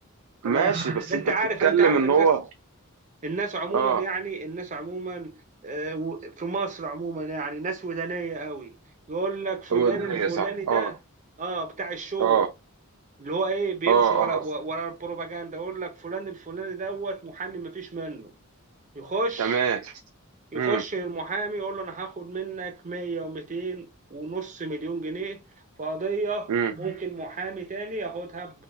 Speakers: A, on the right; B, on the right.
A: تمام
B: ماشي
A: <laughs>
B: بس
A: أنت
B: انت
A: عارف
B: بتتكلم
A: أنت عارف
B: ان
A: الناس
B: هو
A: الناس عموما
B: اه
A: يعني الناس عموما آه، و- في مصر عموما يعني ناس ودانية قوي يقول لك فلان
B: هو ده
A: الفلاني
B: هي صح
A: ده
B: اه
A: اه بتاع الشو
B: اه
A: اللي هو ايه بيمشي
B: اه
A: ورا
B: اه
A: ورا البروباجندا يقول لك فلان الفلاني دوت محامي مفيش منه يخش
B: تمام
A: يخش
B: امم
A: المحامي يقول له انا هاخد منك 100 و200 ونص مليون جنيه في قضية
B: امم
A: ممكن محامي تاني ياخدها